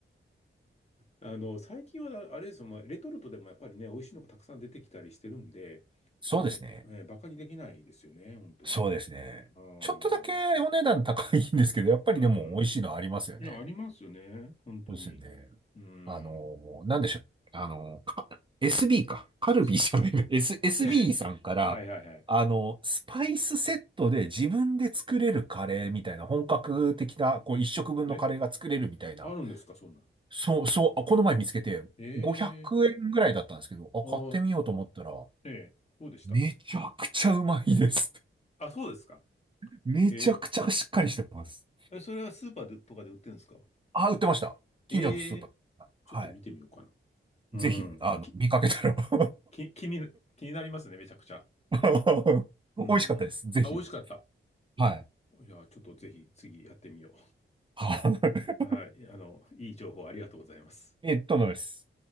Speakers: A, on the left; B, on the right.
A: あの、最近はあれですよ、まあ、レトルトでもやっぱりね、美味しいのがたくさん出てきたりしてるんで、
B: そうですね。
A: もう、えーバカにできないですよね、本当に。
B: そうですね。
A: あー
B: ちょっとだけお値段高いんですけど、やっぱりでも美味しいのありますよね。
A: うん。いや、ありますよね。本当に。
B: そうですよね。
A: うん。
B: あの、なんでしょう。あの、か SB か。カルビーじゃないな。
A: SB。
B: S、SB
A: <laughs>
B: さんから、
A: はいはいはい。
B: あの、スパイスセットで自分で作れるカレーみたいな、本格的な、こう、一食分のカレーが作れるみたいな。
A: え、あるんですか、そんなの。
B: そう、そう、この前見つけて、
A: ええ
B: 500円ぐらいだったんですけど、あ、
A: あ、
B: 買ってみようと思ったら、
A: ええどうでした
B: めちゃくちゃうまいです。
A: あ、そうですか。
B: <laughs> めちゃくちゃしっかりしてます。
A: えええ、それはスーパーでとかで売ってるんですか
B: あ、売ってました。
A: ええ
B: 近所のスーパーなんで。
A: ちょっと見てみようかな。
B: はい。
A: うん。
B: ぜひ、あの、
A: き、
B: 見かけたら <laughs>
A: き、気にな、気になりますね、めちゃくちゃ。
B: あの美味しかったです。
A: うん。
B: ぜひ。
A: あ、美味しかった。
B: はい。
A: いや、ちょっとぜひ次やってみよ
B: は
A: う。はい。あの、いい情報ありがとうございます。
B: い。<laughs> えっと、のです。